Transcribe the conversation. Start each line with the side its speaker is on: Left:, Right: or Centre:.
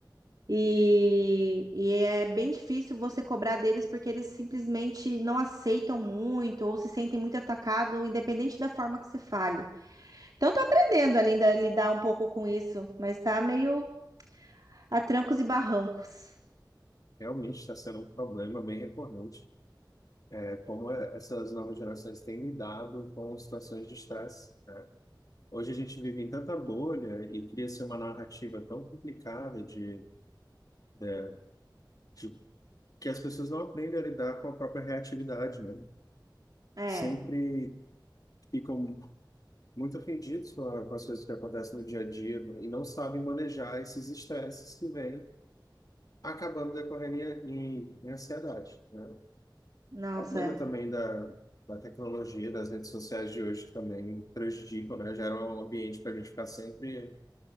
Right: E, e é bem difícil você cobrar deles porque eles simplesmente não aceitam muito ou se sentem muito atacado, independente da forma que você fale. Então, eu tô aprendendo ainda a lidar um pouco com isso, mas tá meio a trancos e barrancos.
Left: Realmente está sendo um problema bem recorrente. É como é- essas novas gerações têm lidado com situações de estresse. Hoje a gente vive em tanta bolha e cria-se uma narrativa tão complicada de, de, de- que as pessoas não aprendem a lidar com a própria reatividade, né?
Right: É,
Left: Sempre ficam muito ofendidos com, a- com as coisas que acontecem no dia a dia e não sabem manejar esses estresses que vêm acabando decorrendo em, em, em ansiedade, né? O
Right: nossa,
Left: problema
Right: é.
Left: também da, da tecnologia, das redes sociais de hoje que também prejudicam, né? Gera um ambiente para a gente ficar sempre